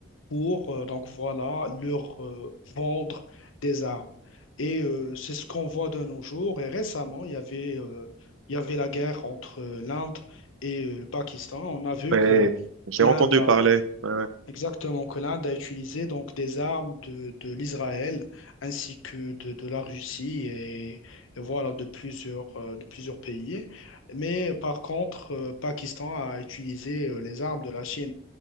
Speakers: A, on the left; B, on the right.
A: pour, euh, donc voilà, leur euh, vendre des armes. Et euh, c'est ce qu'on voit de nos jours. Et récemment, il y avait, euh, il y avait la guerre entre euh, l'Inde et euh, le Pakistan. On a vu
B: Ouais,
A: que
B: j'ai
A: l'Inde
B: entendu
A: a
B: parler. Ouais, ouais.
A: Exactement, que l'Inde a utilisé donc des armes de, de l'Israël ainsi que de, de la Russie et, et voilà de plusieurs, euh, de plusieurs pays. Mais par contre, euh, Pakistan a utilisé euh, les armes de la Chine.